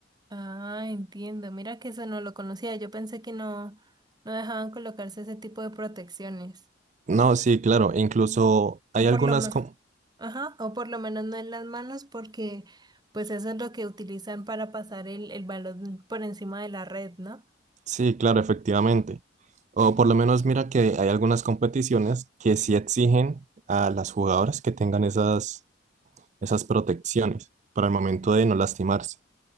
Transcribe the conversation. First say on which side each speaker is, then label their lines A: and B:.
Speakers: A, on the right; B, on the right.
A: Ah, entiendo, mira que eso no lo conocía, yo pensé que no, no dejaban colocarse ese tipo de protecciones.
B: No, sí, claro, e incluso
A: O
B: hay algunas,
A: por lo menos.
B: com-
A: Ajá, o por lo menos no en las manos porque pues eso es lo que utilizan para pasar el, el balón por encima de la red, ¿no?
B: Sí, claro, efectivamente. O por lo menos mira que hay algunas competiciones que sí exigen a las jugadoras que tengan esas, esas protecciones para el momento de no lastimarse.